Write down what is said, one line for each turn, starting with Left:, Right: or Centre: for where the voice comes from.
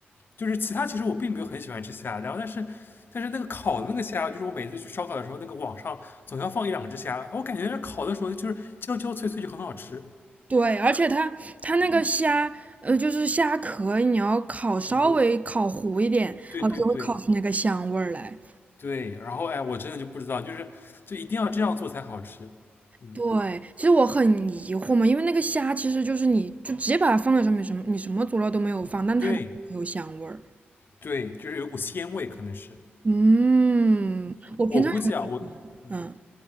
Left: 就是其他其实我并没有很喜欢吃虾，然后但是但是那个烤的那个虾，就是我每次去烧烤的时候，那个网上总要放一两只虾，我感觉那烤的时候就是焦焦脆脆就很好吃。
Right: 对，而且它它那个虾，呃，就是虾壳，你要烤稍微烤糊一点，
Left: 嗯，对对对
Right: 然后就会烤出那个香味儿来。
Left: 对，然后哎，我真的就不知道，就是就一定要这样做才好吃。嗯，
Right: 对，其实我很疑惑嘛，因为那个虾其实就是你就直接把它放在上面，什么你什么佐料都没有放，但它就有香味儿。
Left: 对对，就是有股鲜味，可能是
Right: 嗯，我平常
Left: 我估计啊，我嗯，
Right: 嗯。